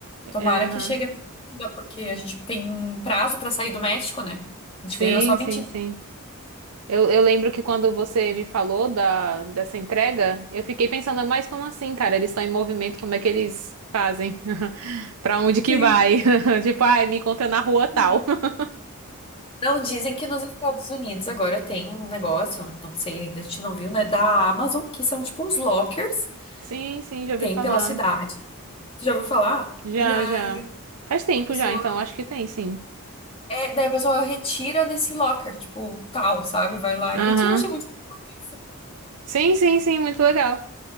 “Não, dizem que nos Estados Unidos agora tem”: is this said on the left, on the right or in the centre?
Left